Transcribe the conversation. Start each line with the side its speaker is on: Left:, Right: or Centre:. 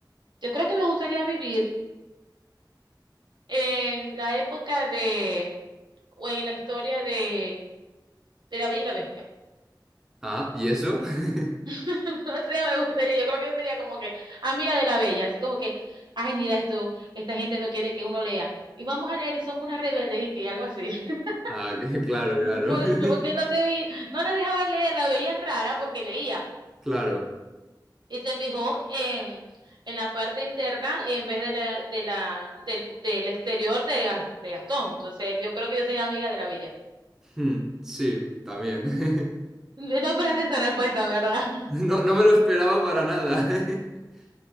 Right: Yo creo que me gustaría vivir en la época de... o en la historia de, de la Bella y la Bestia.
Centre: Ah, ¿y eso? <laughs>
Right: <laughs> No sé, me gustaría. Yo creo que yo sería como que amiga de la Bella. Así como que, ay, mira esto, esta gente no quiere que uno lea. Y vamos a leer y somos unas rebeldes y que algo así. <laughs>
Centre: Ah, que- claro, claro.
Right: Por-
Centre: <laughs>
Right: Porque no te vi, no la dejaban leer, la veían rara porque leía.
Centre: Claro.
Right: Y se fijó en, en la parte interna en vez de la, de la, del, del exterior de, Ga- de Gastón. Entonces, yo creo que yo soy amiga de la bella. <laughs>
Centre: Hmm, Sí, también. <laughs>
Right: No esperaste esa respuesta, ¿verdad?
Centre: No, no me lo esperaba para nada. <laughs>